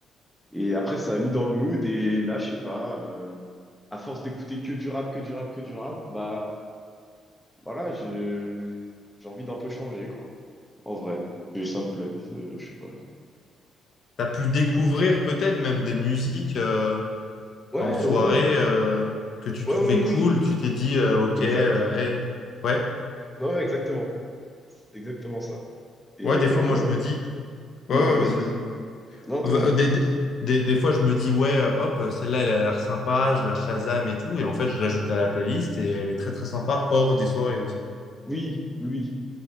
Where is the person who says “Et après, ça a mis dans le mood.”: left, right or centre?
Centre